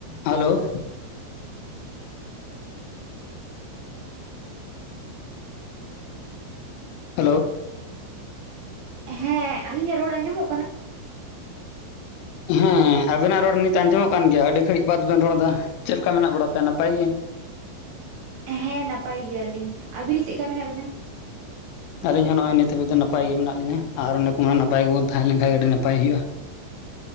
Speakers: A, on the left (about 85°); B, on the right (about 75°).
A: Hello hello
B: ᱦᱮᱸ ᱟᱞᱤᱧᱟᱜ ᱨᱚᱲ ᱟᱸᱡᱚᱢᱚᱜ ᱠᱟᱱᱟ
A: ᱦᱮᱸ ᱟᱵᱮᱱᱟᱜ ᱨᱚᱲ ᱱᱤᱛ ᱟᱸᱡᱚᱢᱚᱜ ᱠᱟᱱ ᱜᱮᱭᱟ ᱟᱹᱰᱤ ᱜᱷᱟᱹᱲᱤᱡ ᱵᱟᱫᱽ ᱵᱮᱱ ᱨᱚᱲ ᱮᱫᱟ ᱪᱮᱫ ᱞᱮᱠᱟ ᱢᱮᱱᱟᱜ ᱵᱟᱲᱟ ᱯᱮᱭᱟ ᱱᱟᱯᱟᱭ ᱜᱮ
B: ᱦᱮᱸ ᱱᱟᱯᱟᱭ ᱜᱮᱭᱟᱞᱤᱧ ᱟᱵᱤᱱ ᱜᱮ ᱪᱮᱫ ᱞᱮᱠᱟ ᱢᱮᱱᱟᱜ ᱵᱮᱱᱟ
A: ᱟᱹᱞᱤᱧ ᱦᱚᱸ ᱱᱚᱜᱼᱚᱭ ᱱᱤᱛ ᱦᱟᱹᱵᱤᱡ ᱫᱚ ᱱᱟᱯᱟᱭ ᱜᱮ ᱢᱮᱱᱟᱜ ᱞᱤᱧᱟ ᱟᱨ ᱚᱱᱮᱠᱚ ᱢᱮᱱᱟ ᱱᱟᱯᱟᱭ ᱜᱮᱵᱚᱱ ᱛᱟᱦᱮᱸ ᱞᱮᱱ ᱠᱷᱟᱱ ᱜᱮ ᱟᱹᱰᱤ ᱱᱟᱯᱟᱭ ᱦᱩᱭᱩᱜᱼᱟ